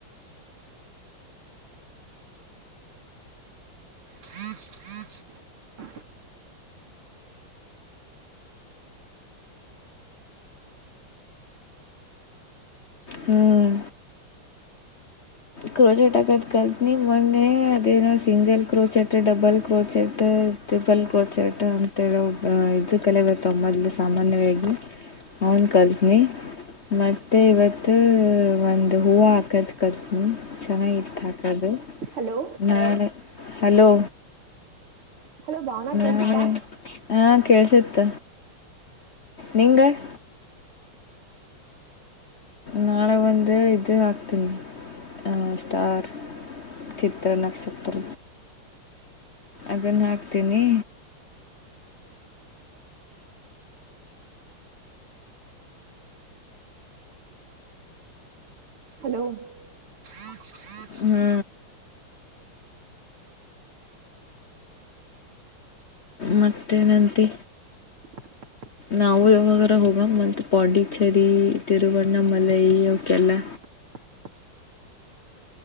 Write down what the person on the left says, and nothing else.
ಹ್ಮ್ ಕ್ರೋಚೆಟ್ ಆಾಕಟ್ ಕಲ್ತ್ನ ಮೊನ್ನೆ ಅದೇನ single crochet double crochet triple ಕಡ್ಚಟ ಅಂತೇಳ ಇದದು ಕಲೆ ಬರ್ತ ಮೊದ್ಲು ಸಾಮಾನ್ಯವಾಗಿವಾಗಿ ಅವೌನ್ ಕಲ್ತನ ಮತ್ತೆ ಇವತ್ ಒಂದ್ ಹೂವು ಹಾಕದ <unintelligible> ಕರ್ಿ ಚೆನ್ನಾಗಿತ್ತು ಹಾಕೋದು
ನಾಳೆ ಹಲೋ
ನ
ಹಾ ಕೇಳ್ಸಿತ್ತ ನಿಂಗ <unintelligible> ನಾಳೆ ಒಂದು ಇದು ಹಾಕ್ತೀನಿ ಹ ಸ್ಟಾರ್ ಚಿತ್ರನಕ್ಷತ್ರ ಅದನ್ನ ಹಾಕ್ತೀನಿ
ಹ್ಞೂ ಮತ್ತೇನಂತೆ
ನಾವು ಯಾವಾಗ ಹೋಗ ಮಂತ ಪಾಂಡಿಚರಿ ತಿರುವಣ್ಣ ಮಲೈ ಅವಕಲ್ಲ